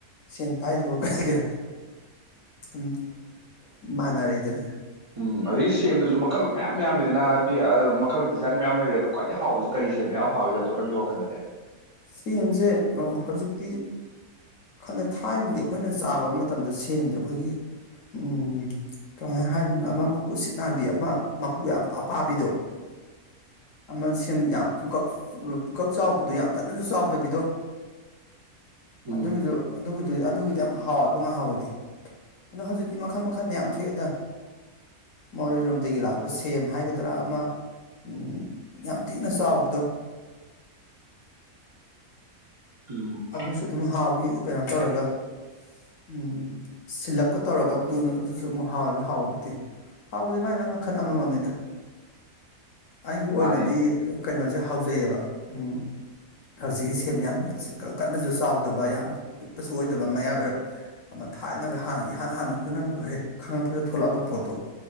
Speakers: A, on the left (about 65°); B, on the right (about 55°).
A: ꯁꯦꯟ ꯄꯥꯏꯗꯕꯒ ꯀꯩꯒ ꯎꯝ ꯃꯥꯅꯔꯦ ꯗꯨꯅꯤ
B: ꯑꯝ ꯑꯗꯒꯤ ꯁꯦꯝꯗꯁꯨ ꯃꯈꯜ ꯃꯌꯥꯝ ꯌꯥꯝꯃꯤꯗꯅ ꯍꯥꯏꯕꯗꯤ ꯃꯈꯜ ꯗꯤꯖꯥꯏꯟ ꯃꯌꯥꯝ ꯂꯩꯈ꯭ꯔꯦꯗꯅ ꯈ꯭ꯋꯥꯏꯗꯒꯤ ꯍꯥꯎꯕꯁꯤ ꯀꯔꯤ ꯁꯦꯝꯅꯣ ꯑꯍꯥꯎꯕꯗ ꯑꯗꯣ ꯅꯪꯒꯤ ꯋꯥꯈꯟꯗꯗꯤ
A: ꯁꯦꯝ ꯑꯥ ꯍꯧꯖꯤꯛꯇꯤ ꯈꯟꯗꯦ ꯊꯥꯏꯅꯗꯤ ꯑꯩꯈꯣꯏꯅ ꯆꯥꯕ ꯃꯇꯝꯗ ꯁꯦꯝꯁꯦ ꯑꯩꯈꯣꯏꯒꯤ ꯎꯝ ꯀꯃꯥꯏꯅ ꯍꯥꯏꯗꯨꯅ ꯑꯃ ꯃꯀꯨꯠ ꯁꯤꯠ ꯅꯥꯟꯕꯤ ꯑꯃ ꯃꯀꯨ ꯌꯥꯝ ꯑꯄꯥꯕꯤꯗꯣ ꯑꯃ ꯁꯤꯝ ꯌꯥꯝ ꯄꯨꯡꯀꯛ ꯄꯨꯀꯛ ꯆꯥꯎꯕꯗꯣ ꯌꯥꯝ ꯀꯟꯅꯖꯨ ꯆꯥꯎꯗꯕꯤꯗꯣ
B: ꯎꯝ
A: ꯑꯗꯨꯒꯤꯖꯨ ꯑꯗꯨꯒꯤꯗꯨꯗꯤ ꯑꯗꯨꯒꯤꯗꯤ ꯌꯥꯝ ꯍꯥꯎꯋꯦꯕ ꯉꯍꯥꯟꯋꯥꯏꯗꯤ ꯑꯗꯣ ꯍꯧꯖꯤꯛꯇꯤ ꯃꯈꯟ ꯃꯈꯟ ꯃꯌꯥꯝ ꯊꯣꯛꯑꯦꯗ ꯃꯣꯔꯦꯔꯣꯝꯗꯒꯤ ꯂꯥꯛꯄ ꯁꯦꯝ ꯍꯥꯏꯒꯗ꯭ꯔꯥ ꯑꯃ ꯎꯝ ꯌꯥꯝ ꯊꯤꯅ ꯆꯥꯎꯕꯗꯣ
B: ꯎꯝ
A: ꯑꯗꯨꯁꯨ ꯑꯗꯨꯝ ꯍꯥꯎꯋꯤ ꯀꯩꯅꯣ ꯇꯧꯔꯒ ꯎꯝ ꯁꯤꯜꯂꯞꯀ ꯇꯧꯔꯒ ꯑꯗꯨꯅ ꯑꯗꯨꯖꯨ ꯑꯃꯨꯛ ꯍꯥꯎꯋꯦꯕ ꯍꯥꯎꯕꯕꯨꯗꯤ ꯍꯥꯎꯕꯗꯤ ꯃꯥꯏ ꯃꯥꯏ ꯃꯈꯟ ꯑꯃꯝꯃꯝꯅꯤꯗ ꯑꯩꯒꯤ ꯑꯣꯏꯅꯗꯤ
B: ꯃꯥꯅꯦ
A: ꯀꯩꯅꯣꯖꯦ ꯍꯥꯎꯖꯩꯑꯕ ꯎꯝ ꯍꯧꯖꯤꯛꯀꯤ ꯁꯦꯝ ꯌꯥꯝꯅ ꯀꯟꯅꯖꯨ ꯆꯥꯎꯗꯕ ꯌꯥꯝ ꯄꯤꯛꯄꯁꯨ ꯑꯣꯏꯗꯕ ꯃꯌꯥꯏ ꯑꯣꯏꯔꯞ ꯑꯃ ꯊꯥꯏꯅꯒ ꯍꯥꯟꯅ ꯏꯍꯥꯟ ꯍꯥꯟꯅ ꯑꯩꯈꯣꯏꯅꯒ ꯍꯦꯛ ꯈꯪꯉꯛꯄꯗ ꯊꯣꯛꯂꯛꯑꯕ ꯄꯣꯠꯇꯣ